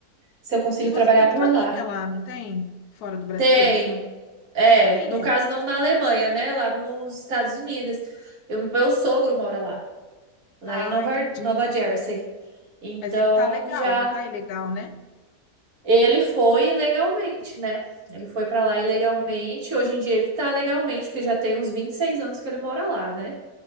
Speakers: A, on the right; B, on the left.
A: se eu consigo
B: E você
A: trabalhar
B: tem
A: por
B: família
A: lá.
B: lá, não tem? Fora do Brasil?
A: Tenho. É,
B: Quem
A: no caso
B: é?
A: não na Alemanha, né, lá nos Estados Unidos. O meu sogro mora lá, lá
B: Ah,
A: em Nova
B: entendi.
A: Nova Jersey. Então,
B: Mas ele tá legal,
A: já
B: não tá ilegal, né?
A: Ele foi ilegalmente, né? Ele foi pra lá ilegalmente. Hoje em dia ele tá legalmente, porque já tem uns 26 anos que ele mora lá, né?